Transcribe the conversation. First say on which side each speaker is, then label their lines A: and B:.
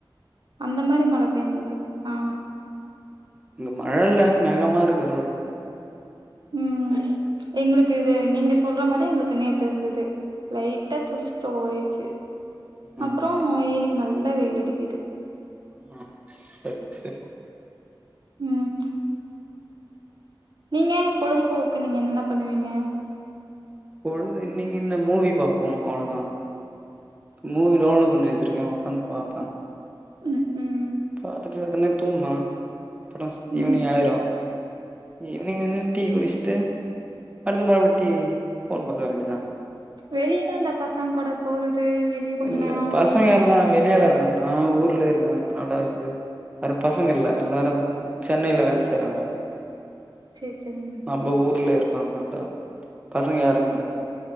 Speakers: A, on the right; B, on the right.
A: அந்த மாரி மழ பெஞ்சுது ஆ
B: இங்க மழல்ல மேகமாருக்கு அவ்ளோ தா
A: ம் எங்களுக்கு இது நீங்க சொல்ற மாரி எங்களுக்கு நேத்து இருந்தது லைட்டா துரிச்சு அப்றோ ஓடிடுச்சு
B: ம்
A: அப்றோ
B: அப்டி
A: இன்னிக்கி நல்லா வெய்யில் அடிக்குது
B: <unintelligible> சரிங் சரிங்
A: ம் நீங்க பொழுதுபோக்கு நீங்க என்னென்ன பண்ணுவீங்க
B: பொழுது இன்னைக்கி என்ன மூவி பாப்போ அவ்ளோதா மூவி டவுன்லோட் பண்ணி வச்சிருக்கே ஒக்காந்து பாப்பே
A: ம் ம்
B: பாத்துட்டு செத்த நேரோ தூங்னா அப்ரோ
A: ம்
B: ஈவ்னிங் ஆயிரு ஈவ்னிங் வன்னு டீ குடிச்ட்டு அடுத்து மறுப்டி டி வி ஃபோன் பாக்க வேண்டிதா
A: வெளியிலா அந்த பசங்கூட போறது வெளிய கொஞ்ச
B: இல்ல
A: நேரோ
B: பசங்க எல்லா வெளியால இருக்காங் நா ஊர்லருக்கே ஆனால வந்து வேற பசங்க இல்ல எல்லாரு சென்னைல வேல செய்றாங்க
A: சே சேரி
B: நம்ப ஊர்ல இருக்கனால பசங்க யாரு இல்ல